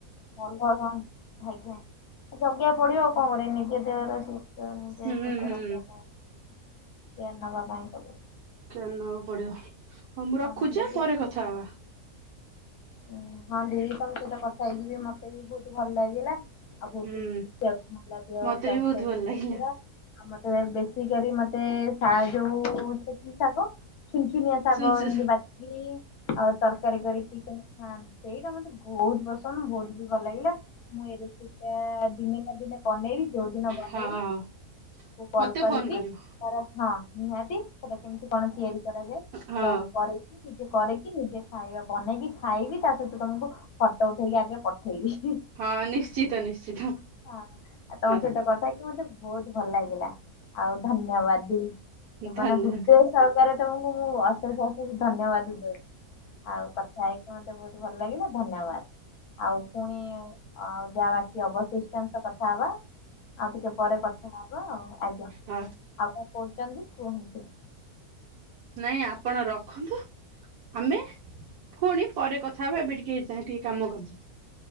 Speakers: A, on the left; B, on the right.
A: ଭଲ ଆଜ୍ଞା ଜଗିବାକୁ ପଡିବ ଆଉ କଣ କରରେ ନିଜେ। ତାରଶ। ଯୟପ
B: ହୁଁ
A: ତ
B: ହୁଁ।
A: ରଖ ଏ ନା ବାପାଇଁ କ
B: କେ ନେବାକୁ ପଡିବ। ହଁ ମୁଁ ରଖୁଛି
A: ନ ନେଲେ
B: ପରେ କଥା ହବା।
A: ଓ ହଁ ଦିଦି ତମ ସହିତ କଥା ହେଇକି ବି ମତେ ବି ବହୁତ ଭଲ ଲାଗିଲା। ଆଉ ଭହୁତ
B: ହୁଁ
A: ଚିକିତ୍ସାକୁ ମ ଦେ
B: ମତେ
A: ସଵାସ୍ଥ୍ୟ
B: ବି ବହୁତ
A: କେ
B: ଭଲ ଲାଗିଲା।
A: ଆମ ବିକା ମତେ ଯୋଉ କି ଶାଗ ଛୁନ ଛୁନିଆ ଶାଗ
B: ଶୁଣ ଶୁ
A: ଏମିତି ବାଛିକି ଆଉ ତରକାରୀ କରିକି। ହଁ ସେଇଟା ମତେ ବହୁତ ପସନ୍ଦ ବହୁତ ବି ଭଲ ଲାଗିଲା ମୁଁ ଏଇ ରେସିପି ଟା ଦିନେ ନା ଦିନେ ବନେଇବି। ଯଉଦିନ ବନେଇବି
B: ହଁ
A: କଲ
B: ମତେ
A: କରିବି
B: ଫୋନ କରିବ
A: ତାର ହଁ ନିହାତି। ସେଇଟା କେମିତି କଣ ତିଆରି। ସେ
B: ହଁ
A: ପରେ କି କିଛି। ନିଜେ ଖାଇବା ବନେଇକି। ଖାଇବି ତା ସହିତ ତମକୁ ଫଟୋ ଉଠେଇକି ଆଗେ ପଠେଇବି।
B: ହଁ ନିଶ୍ଚିତ ନିଶ୍ଚିତ
A: ହଁ ଆଉ ତମ
B: ହଁ।
A: ସହିତ କଥା ହେଇକି ମତେ ବହୁତ ଭଲ ଲାଗିଲା। ଆଉ ଧନ୍ୟବାଦ ଦେବି, ତା
B: ଧନ୍ୟବାଦ
A: ମାନେ ହୃଦୟ ସହକାରେ ତମକୁ ମୁଁ ଅଶେଷ ଅଶେଷ ଧନ୍ୟବାଦ ଦଉ ଆଉ କଥା ହେଇ ମତେ ବହୁତ ଭଲ ଲାଗିଲା ଧନ୍ୟବାଦ। ଆଉ ପୁଣି ଯାହା ବାକି ଅବଶିଷ୍ଟାନଶ କଥାବା। ଆଉ ଟିକେ ପରେ କଥା ହବ। ହବା ଆ ଆଜ୍ଞା
B: ହଁ
A: ଆଉ କଣ କହୁଚନ୍ତି କୁହନ୍ତୁ?
B: ନାଇଁ ଆପ ପଣ ରଖନ୍ତୁ। ଆମେ ପୁଣି ପରେ କଥା ହବା ଏବେ ଟିକେ ହେଇଯାଏ ଟିକେ କାମ କରିଦିଏ।